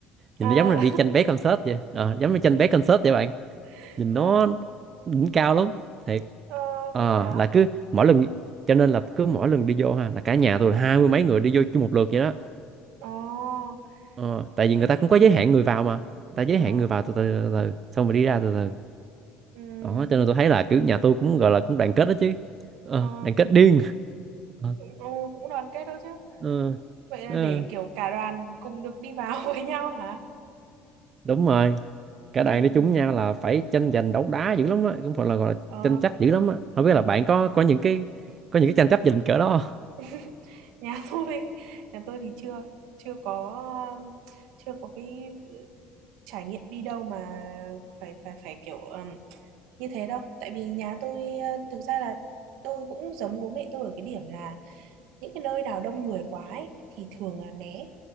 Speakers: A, on the right; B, on the right.
A: nhìn
B: ờ
A: nó giống là đi tranh vé concert vậy Ờ, giống như tranh vé concert vậy bạn
B: <laughs>
A: nhìn nó
B: ừ
A: đỉnh cao lắm thiệt
B: ờ
A: Ờ,
B: vậy hả
A: là cứ mỗi lần cho nên là cứ mỗi lần đi vô ha là cả nhà tôi là hai mươi mấy người đi vô chung một lượt vậy đó
B: ờ
A: Ờ, tại vì
B: thế
A: người ta
B: thì
A: cũng có giới hạn người vào mà người ta giới
B: ờ
A: hạn người vào từ từ, từ, từ xong rồi đi ra từ từ
B: ừ
A: đó cho nên tôi thấy là kiểu nhà tôi cũng gọi là cũng đoàn kết đó chứ Ờ,
B: ờ
A: đoàn kết điên Ờ,
B: cũng ờ, cũng đoàn kết đó chứ
A: ờ,
B: vậy là
A: ờ,
B: để kiểu cả đoàn cùng được đi vào <laughs> với nhau hả
A: đúng rồi cả
B: ừ
A: đoàn đi chung nhau là phải tranh giành đấu đá dữ lắm á cũng phải là gọi là
B: ờ
A: tranh chấp dữ lắm á không biết là bạn có có những cái có những cái tranh chấp giành cỡ đó không?
B: <laughs> nhà tôi nhà tôi thì chưa chưa có um, chưa có cái trải nghiệm đi đâu mà phải phải phải kiểu ừm, như thế đâu tại vì nhà tôi ờ, thực ra là tôi cũng giống bố mẹ tôi ở cái điểm là những cái nơi nào đông người quá ấy, thì thường là né